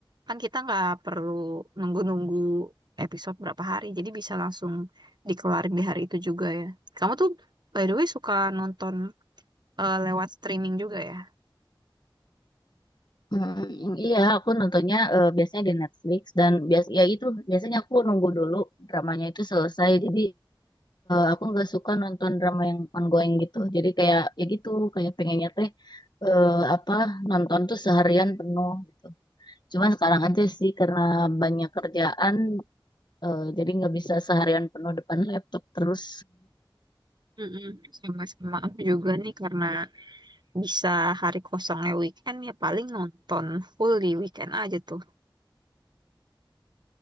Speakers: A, on the right; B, on the left.
A: Kan kita nggak perlu nunggu-nunggu episode berapa hari, jadi bisa langsung dikelarin di hari itu juga ya. Kamu tuh by the way suka nonton eh, lewat streaming juga ya?
B: Hmm, iya, aku nontonnya eh, biasanya di Netflix dan bias ya itu biasanya aku nunggu dulu dramanya itu selesai. Jadi aku nggak suka nonton drama yang ongoing gitu jadi kayak ya gitu kayak pengennya teh eh, apa nonton tuh seharian penuh gitu cuman sekarang aja sih karena banyak kerjaan eh, jadi nggak bisa seharian penuh depan laptop terus
A: Mm-mm. Sama sama aku juga nih karena bisa hari kosongnya weekend ya paling nonton full di weekend aja tuh.